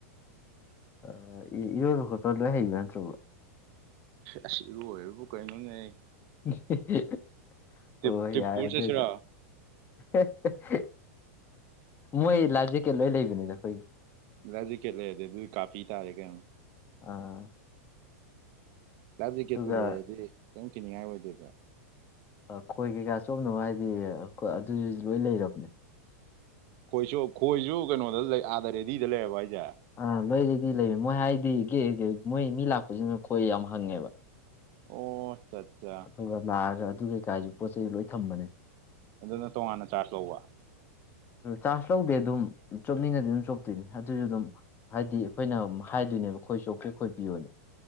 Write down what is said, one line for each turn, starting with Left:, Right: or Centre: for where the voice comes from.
Left: ꯑꯥ ꯏꯔꯣꯏꯕ ꯈꯣꯠꯄꯥ ꯂꯣꯏ ꯍꯩꯕ ꯅꯠꯇ꯭ꯔꯣ ꯕꯔꯣ
Right: ꯑꯁ ꯏꯔꯣꯏꯕꯨ ꯀꯔꯤꯅꯣꯅꯦ
Left: <unintelligible>
Right: ꯇ꯭ꯔꯤꯞ
Left: ꯑꯣ
Right: ꯇ꯭ꯔꯤꯞ
Left: ꯌꯥꯔꯦ
Right: ꯄꯨꯔ
Left: ꯑꯗꯨ
Right: ꯆꯠꯁꯤꯔꯣ
Left: ꯑꯣꯏꯗꯤ <unintelligible> ꯃꯣꯏ ꯂꯥꯐ ꯖꯦꯀꯦꯠ ꯂꯣꯏ ꯂꯩꯕꯅꯤꯗ ꯑꯩꯈꯣꯏꯒꯤ
Right: ꯂꯥꯏꯐ ꯖꯦꯀꯦꯠ ꯂꯩꯔꯗꯤ ꯑꯗꯨ ꯀꯥꯔꯗ ꯄꯤ ꯇꯥꯔꯦ ꯀꯩꯅꯣ
Left: ꯑꯥ
Right: ꯂꯥꯏꯐ ꯖꯦꯀꯦꯠꯄꯨ
Left: ꯑꯗꯨꯒ
Right: ꯂꯩꯔꯗꯤ ꯀꯦꯝ ꯀꯤꯅꯤꯡꯉꯥꯏ ꯑꯣꯏꯗꯦꯗ
Left: ꯑꯈꯣꯏꯒꯤ <unintelligible> ꯍꯥꯏꯗꯤ ꯑꯗꯨꯁꯨ ꯂꯣꯏ ꯂꯩꯔꯕꯅꯦ
Right: ꯈꯣꯏꯁꯨ ꯈꯣꯏꯁꯨ ꯀꯩꯅꯣꯗ ꯂꯩ ꯑꯥꯗ ꯔꯦꯗꯤꯗ ꯂꯩꯔꯕꯣ ꯍꯥꯏꯁꯦ
Left: ꯑꯥ ꯂꯩꯔꯗꯤ ꯂꯩꯌꯦ ꯃꯣꯏ ꯍꯥꯏꯗꯤ ꯒꯦ ꯒꯦ ꯃꯣꯏ ꯃꯤ ꯂꯥꯛꯄꯁꯤꯅ ꯈꯣꯏ ꯌꯥꯝ ꯍꯪꯉꯦꯕ
Right: ꯑꯣ ꯑꯠꯆꯥ ꯑꯠꯆꯥ
Left: ꯑꯗꯨꯒ ꯂꯥꯛꯑꯒ ꯑꯗꯨ <unintelligible> ꯄꯣꯠ ꯆꯩ ꯂꯣꯏ ꯊꯝꯕꯅꯦ
Right: ꯑꯗꯨꯅ ꯇꯣꯉꯥꯟꯅ ꯆꯥꯔꯖ ꯂꯧꯕ
Left: ꯆꯥꯔꯖ ꯂꯧꯗꯦ ꯑꯗꯨꯝ ꯆꯣꯞꯅꯤꯡꯉꯗꯤ ꯑꯗꯨꯝ ꯆꯣꯞꯇꯣꯏꯅꯦ ꯑꯗꯨꯖꯨꯗꯨꯝ ꯍꯥꯏꯗꯤ ꯑꯩꯈꯣꯏꯅ ꯍꯥꯏ ꯅꯦꯕ ꯈꯣꯏ ꯆꯣꯞꯀꯦ ꯈꯣꯏ ꯄꯤꯌꫭꯅ